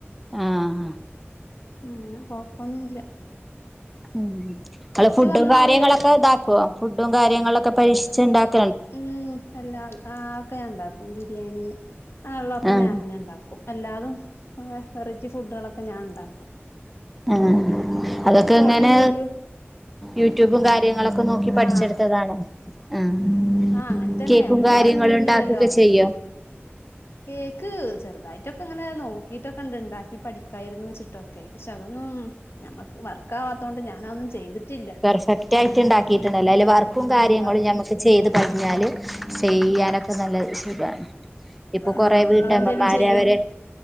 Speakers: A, in the centre; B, on the left.
A: ആഹ്ആഹ
B: അങ്ങനെ കൊഴപ്പൊന്നുല്ല
A: ഉം ങ്ങള് ഫുഡും
B: വന്നാ
A: കാര്യങ്ങളൊക്കെ
B: ഒരു
A: താക്കോ ഫുഡും കാര്യങ്ങളൊക്കെ പരീക്ഷിച്ച്ണ്ടാക്
B: ഉം അല്ല ആ ഒക്കെഞാണ്ടാക്കും ബിരിയാണി ആ ള്ളൊക്കെ
A: ആഹ്
B: ഞാനെന്നെ ണ്ടാക്കും എല്ലാതും വ വെറൈറ്റി ഫുഡ്ഡോ ളൊക്കെ ഞാൻ ണ്ടാക്കും
A: ആഹ് അതൊക്കെ
B: ഫോണില്
A: ങ്ങനെ
B: യൂട്യൂബ്
A: യൂട്യൂബും കാര്യങ്ങളൊക്കെ നോക്കി പഠിച്ചെടുത്തതാണോ
B: ആഹ്
A: ആഹ്
B: അങ്ങനെ തന്നെ
A: കേക്കും
B: ഒന്നും
A: കാര്യങ്ങളു
B: അറിഞ്ഞിരുന്നില്ലല്ലോ
A: ണ്ടാക്കൊക്കെ ചെയ്യോ
B: കേക്ക് ചെറുതായിട്ടൊക്കെ ങ്ങനെ നോക്കിട്ടൊക്കെ ണ്ട് ണ്ടാക്കി പഠി ക്കായ്രുന്നു ച്ചിട്ടൊക്കെ പക്ഷെ അതൊന്നും ഞമ്മക്ക് വർക്കാവാത്തതോണ്ട് ഞാനതന്നും ചെയ്തിട്ടില്ല
A: പെർഫെക്റ്റായിട്ട് ണ്ടാക്കിട്ട് ണ്ടല്ലോ അയില് വർക്കും കാര്യങ്ങളുംഞമ്
B: എന്താ
A: ചെയ്ത് പാടിഞ്ഞാല് ചെയ്യാനൊക്കെ നല്ല സുഖാണ് ഇപ്പൊ കൊറേ
B: ആഹ്
A: വീട്ടമ്മമാര്
B: നിങ്ങളെന്തേലും ചെയ്യോ
A: അവരെ